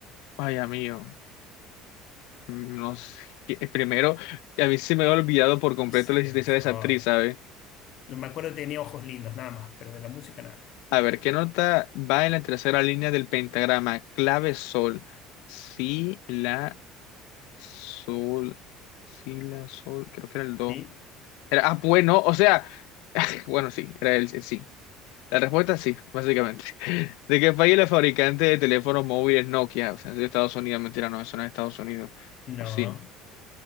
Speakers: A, on the left; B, on the left.
A: Ay, amigo. No sé. que- Primero, a mí se me había olvidado por completo
B: ¿Qué es
A: la existencia
B: eso?
A: de esa actriz, ¿sabes?
B: Yo me acuerdo que tenía ojos lindos, nada más, pero de la música nada.
A: A ver, ¿qué nota va en la tercera línea del pentagrama? Clave sol. Si, la, sol. Si, la, sol. Creo que era el do.
B: ¿Sí?
A: Era, ah, bueno, o sea. <laughs> Bueno, sí, era el, el sí. La respuesta sí, básicamente. <laughs> ¿De qué país es la fabricante de teléfonos móviles Nokia? O sea, es de Estados Unidos, mentira, no, eso no es Estados Unidos.
B: No,
A: O sí.